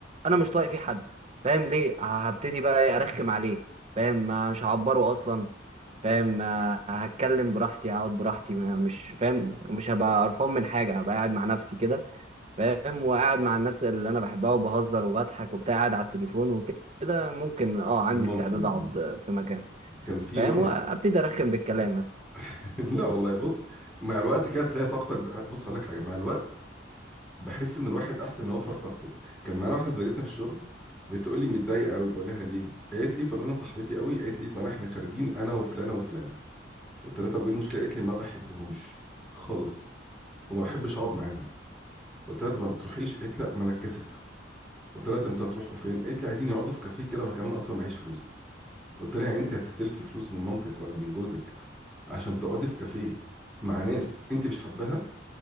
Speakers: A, on the right; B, in the centre.
A: انا مش طايق فيه حد فاهم ليه ه- هبتدي بقى إيه ارخم عليه فاهم ما- مش هعبره اصلا فاهم آه، هتكلم براحتي اقعد براحتي ما- مش فاهم مش هبقى قرفان من حاجه هبقى قاعد مع نفسي كده فاهم وقاعد مع الناس اللي انا بحبها وبهزر وبضحك وبتاع قاعد على التليفون وكده ممكن اه عندي
B: ممكن
A: استعداد
B: آه.
A: اقعد في مكان
B: كان في
A: فاهم
B: مره
A: وابتدي ارخم بالكلام مثلا
B: <laughs> لا والله بص مع الوقت كده تلاقي طاقتك ب- بص هقول لك حاجه مع الوقت بحس ان الواحد احسن يوفر طاقته كان معانا واحده زميلتنا في الشغل بتقول لي متضايقه قوي بقول لها ليه قالت لي فلانه صاحبتي قوي قالت لي طالع احنا خارجين انا وفلانه وفلانه قلت لها طب وايه المشكله قالت لي ما بحبهمش خالص وما بحبش اقعد معاهم قلت لها طب ما بتروحيش قالت لا ما انا اتكسف قلت لها طب انتوا هتروحوا فين قالت لي عايزين يقعدوا في كافيه كده وانا كمان اصلا معيش فلوس قلت لها يعني انت هتستلفي فلوس من مامتك ولا من جوزك عشان تقعدي في كافيه مع ناس انت مش حباها